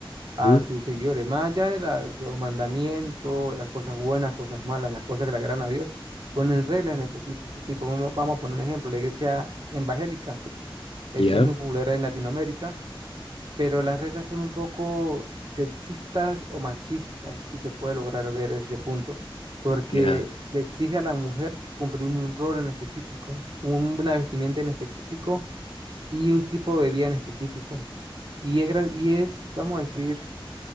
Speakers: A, on the right (about 55°); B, on the left (about 75°).
A: a
B: ¿Mm?
A: sus seguidores, más allá de las- de los mandamientos, las cosas buenas, cosas malas, las cosas que le agradan a Dios, ponen reglas en específico. Tipo, vamos, vamos a poner un ejemplo, la iglesia evangélica, eso
B: Ya,
A: es muy popular en Latinoamérica, pero las reglas son un poco sexistas o machistas, si se puede lograr ver desde ese punto, porque
B: ya,
A: le exige a la mujer cumplir un rol en específico, un- una vestimenta en específico y un tipo de vida en específico. Y es, gra- y es, vamos a decir,